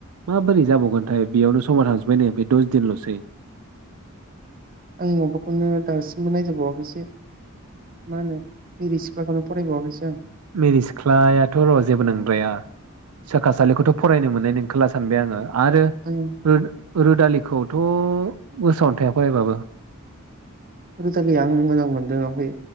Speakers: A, on the right; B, on the right.
A: माबोरै जाबावगोनथाय बेयावनो समा थांजोबबाय नै ओमफ्राय दस दिनल'सै
B: आं माबाखौनो दासिमबो नायजोबावाखैसो मा होनो बेरै सिख्लाखौनो फरायबावाखैसो आं।
A: मेरै सिख्लायाथ' र' जेबो नंद्राया सोखासालिखौथ' फरायनो मोननाय नोंखोला सानबाय आङो आरो
B: आं
A: हो रोदालिखौथ' गोसन <unintelligible>
B: रुदालिया आं मोजां मोनदों ओमफ्राय